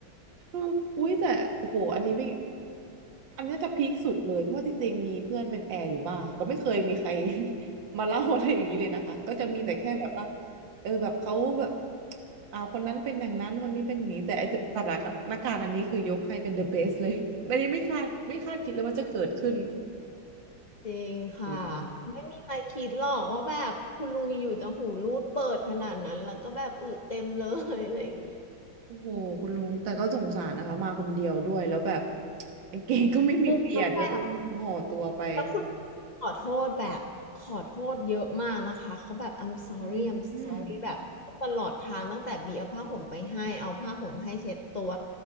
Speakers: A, on the right; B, on the left.
A: เอออุ้ยแต่โอ้โหอันนี้ไม่อันนี้จะพีคสุดเลยเพราะว่าจริงๆมีเพื่อนเป็นแอร์อยู่บ้างก็ไม่เคยมีใคร <laughs> มาเล่าอะไรอย่างนี้เลยนะคะก็จะมีแต่แค่แบบว่าเออแบบเขาแบบอ่าคนนั้นเป็นอย่างนั้นคนนี้เป็นอย่างนี้แต่ไอสถานการณ์อันนี้คือยกให้เป็น the best เลยอันนี้ไม่คาดไม่คาดคิดเลยว่าจะเกิดขึ้น
B: จริงค่ะ
A: โอ้โห
B: ไม่มีใครคิดหรอกว่าแบบคุณลุงอยู่จะหูรูดเปิดขนาดนั้นแล้วก็แบบอึเต็มเลยอะไรอย่างงี้
A: โอ้โหคุณลุงแต่ก็สงสารนะคะมาคนเดียวด้วยแล้วแบบ <tsk> กางเกงก็ไม่มีเปลี่ยนก็ต้องห่อตัวไป
B: อึแล้วแบบ แล้วคุณขอโทษแบบขอโทษเยอะมากนะคะเขาแบบ I'm sorry
A: อืมอืม
B: I'm sorry แบบตลอดทางตั้งแต่บีเอาผ้าห่มไปให้เอาผ้าห่มให้เช็ดตัว